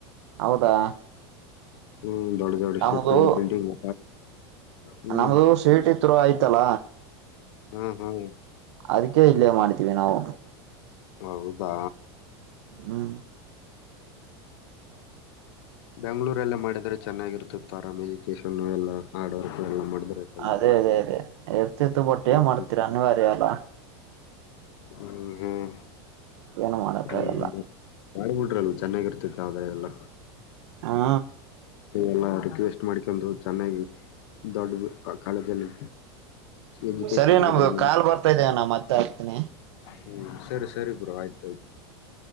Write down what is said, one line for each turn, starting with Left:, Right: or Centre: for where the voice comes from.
Right: ಹೌದಾ
Left: ಹ್ಮ್ ದೊಡ್ ದೊಡ್ <unintelligible>
Right: ನಮ್ದು
Left: ಬಿಲ್ಡಿಂಗ್ ಹ್ಮ್
Right: ನಮ್ದು ಸ್ವೀಟ್ತ್ರು ಆಯ್ತಲ್ಲ
Left: ಹ್ಮ್ ಹ್ಮ್
Right: ಅದ್ಕೆ ಇಲ್ಲೇ ಮಾಡ್ತೀವಿ ನಾವು
Left: ಹೌದಾ
Right: ಹ್ಮ್
Left: ಬೆಂಗಂಳೂರ್ಲ್ಲ ಮಾಡಿದ್ರೆ ಚೆನ್ನಾಗಿರ್ತೆ ಆರಾಮ್ ಎಜುಕೇಶನ್ ಎಲ್ಲ ಹಾರ್ಡ್ ವರ್ಕ್ ಎಲ್ಲ ಮಾಡಿದ್ರೆ ಚೆನ್ನಾಗಿರುತ್ತೆ
Right: ಅದೇ ಅದೇ ಅದೇ ಇರ್ತಿತ್ತು ಬಟ್
Left: ಹ್ಮ್
Right: ಏನ್ ಮಾಡ್ತೀರಾ ಅನಿವಾರ್ಯ ಅಲ್ಲ
Left: ಹ್ಮ್ ಹ್ಮ್
Right: ಏನು ಮಾಡಕ್ಕಾಗಲ್ಲ
Left: ಹ್ಮ್ ಮಾಡ್ಬಿಟ್ರಲ್ವ ಚೆನ್ನಾಗಿರ್ತಿತ್ತು ಆದಾಯ ಎಲ್ಲ
Right: ಹಾ
Left: ಎಲ್ಲ ರಿಕ್ವೆಸ್ಟ್ ಮಾಡ್ಕೊಂಡು ಚೆನ್ನಾಗಿ ದೊಡ್ಡ ಕಾಲೇಜಲ್ಲಿ ಎಜುಕೇಶನ್
Right: ಸರಿಅಣ್ಣಾ
Left: ಮುಗಿದ್ರೆ
Right: ನಮ್ದು ಕಾಲ್ ಬರ್ತಾ ಇದೆ ಅಣ ಮತ್ತೆ ಹತನಿ
Left: ಹ್ಮ ಸರಿ ಸರಿ ಬ್ರೊ ಆಯ್ತಾಯ್ತು